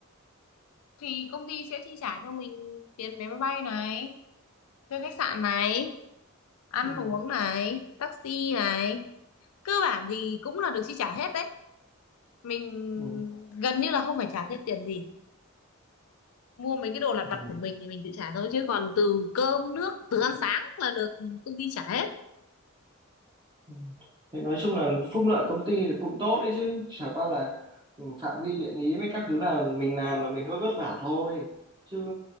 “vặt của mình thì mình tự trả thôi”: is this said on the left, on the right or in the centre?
Left